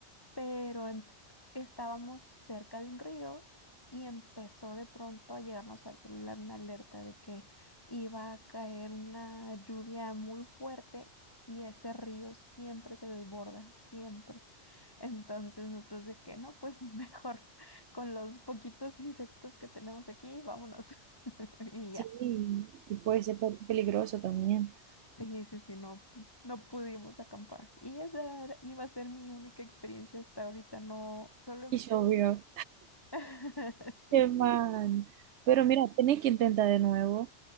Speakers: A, on the left; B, on the right.
A: pero em- estábamos cerca de un río y empezó de pronto a llegarnos al celular una alerta de que iba a caer una lluvia muy fuerte y ese río siempre se desborda, siempre. Entonces nosotros de que no, pues mejor <laughs> con los poquitos insectos que tenemos aquí, vámonos <laughs> y ya.
B: Sí, y puede ser pe- peligroso también.
A: Sí, sí, sí, no, no pudimos acampar. Y esa era- iba a ser mi única experiencia hasta ahorita, no, solo...
B: Y llovió.
A: <laughs> Sí.
B: Qué mal. Pero mira, tenés que intentar de nuevo.